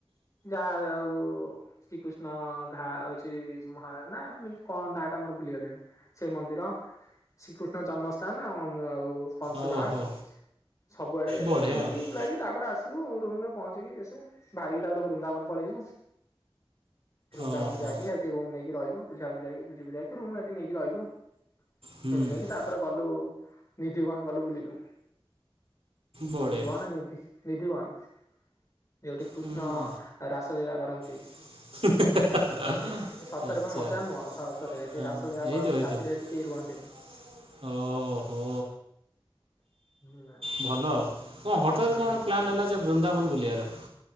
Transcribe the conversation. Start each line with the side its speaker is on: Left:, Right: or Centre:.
Left: ଯାହା ଆଉ ଶ୍ରୀକୃଷ୍ଣ ଘା ହଉଛି ମହାରାଜ ନାମ କଣ ନାଁ ଟା ମୋର ଭୁଲିଗଲେଣି। ସେ ମନ୍ଦିର। ଶ୍ରୀକୃଷ୍ଣ ଜନ୍ମସ୍ଥାନ। ଆ ଆଉ କଂସ
Right: ଓହୋ
Left: ଘାଟ। ସବୁଆଡେ
Right: ବଢ଼ିଆ
Left: ବୁଲିକି
Right: ଆଉ
Left: ବୁଲାକି ତାପରେ ଆସିଲୁ ରୁମ ରେ ପହଞ୍ଚିକି ସେ ବାହାରିକି ତପରେ ବୃନ୍ଦାବନ ପଳେଇଲୁ। ବୃନ୍ଦାବନ
Right: ଓହୋ
Left: ଯାଇକି ହେଠି ରୁମ ନେଇକି ରହିଲୁ। ବୁଝା ବୁଝା ବୁଝି ବୁଝାକି ରୁମ ସେଠି ନେଇକି ରହିଲୁ।
Right: ହୁଁ
Left: ଏମି ନେଇକି ତାପରେ ଗଲୁ ନିଧି ବନ ଗଲୁ ବୁଲିଲୁ।
Right: ବଢ଼ିଆ
Left: ନିଧିବନ ନିଧି ନିଧିବନ ଯୋଉଠି କୃଷ୍ଣ
Right: ହୁଁ
Left: ରାସ ଲୀଳା କରନ୍ତି।
Right: <inaudible>
Left: ସତରେ
Right: ଆଚ୍ଛା
Left: ବା ମଜା ନୁହଁ ସତରେ ଏଠି
Right: ହଁ
Left: ରାସଲୀଳା
Right: ହେଇଥିବ
Left: କରନ୍ତି
Right: ହେଇଥିବ।
Left: ରାତିରେ ସେଠି କେହି ରୁହନ୍ତିନି।
Right: ଓ ହୋ।
Left: <unintelligible>
Right: ଭଲ କଣ ହଠାତ୍
Left: ହୁଁ
Right: କଣ ପ୍ଲାନ୍ ହେଲା ଯେ ବୃନ୍ଦାବନ ବୁଲିବାର।